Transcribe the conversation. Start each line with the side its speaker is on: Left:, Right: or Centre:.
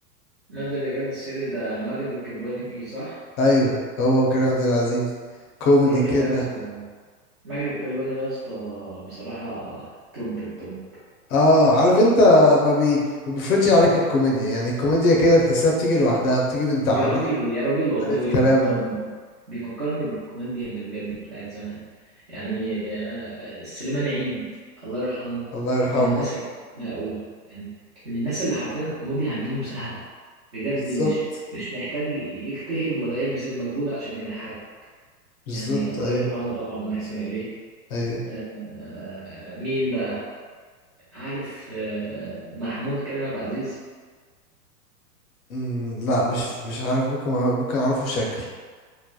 Right: نادي الرجال السري ده ماجد الكدواني فيه صح
Left: ايوه هو وكريم عبد العزيز كوميدي
Right: الراجل
Left: كده
Right: ده يا اسطى ماجد الكدواني ده يا اسطى بصراحة توب التوب
Left: اه عارف انت ما بي ما بيفرضش عليك الكوميديا يعني الكوميديا كده تحسها بتيجي لوحدها بتيجي من تعابير
Right: يا راجل يا راجل والله
Left: طريقة
Right: بيفكرني
Left: كلامه
Right: بيفكرني بالكوميديا اللي بجد بتاعت زمان يعني آه، سليمان عيد الله يرحمه
Left: الله يرحمه
Right: من الناس اللي بحبها قوي يعني من الناس اللي حرفيا الكوميديا عندهم سهلة بجد
Left: بالظبط
Right: مش مش محتاج يجتهد ولا يبذل مجهود عشان يضحكك
Left: بالظبط
Right: يعني الله
Left: ايوه
Right: يرحمه طبعا ونحسن إليه
Left: ايوه
Right: آه، مين بقى عارف آه، محمود كريم عبد العزيز
Left: أمم، لا مش مش عارف ممكن أع- ممكن اعرفه شكل